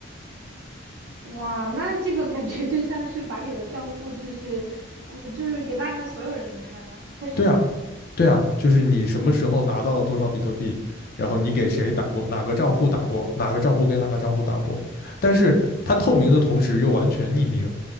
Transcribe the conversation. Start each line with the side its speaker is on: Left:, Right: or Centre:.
Right: 哇，那这个感觉就像是把你的账户就是我就是给大家所有人看，太神奇了。
Left: 对啊，对啊，就是你什么时候拿到了多少比特币，然后你给谁打过，哪个账户打过，哪个账户给哪个账户打过，但是它透明的同时又完全匿名，